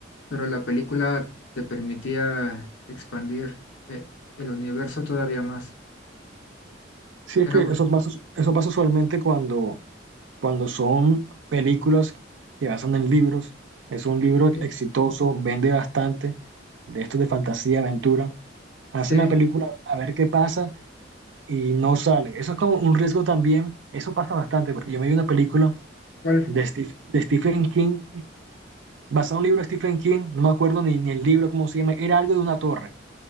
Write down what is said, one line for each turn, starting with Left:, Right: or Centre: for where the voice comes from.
Left: pero la película te permitía expandir eh, el universo todavía más.
Right: Sí,
Left: Era
Right: es que
Left: bueno.
Right: eso pasa, eso pasa usualmente cuando, cuando son películas que basan en libros. Es un libro
Left: Sí,
Right: exitoso, vende bastante, de estos de fantasía, aventura. hace
Left: sí.
Right: una película a ver qué pasa y no sale. Eso es como un riesgo también. Eso pasa bastante, porque yo me vi una película
Left: ¿Cuál?
Right: de, Steve- de Stephen King, basada en un libro de Stephen King, no me acuerdo ni, ni el libro, cómo se llama, era algo de una torre,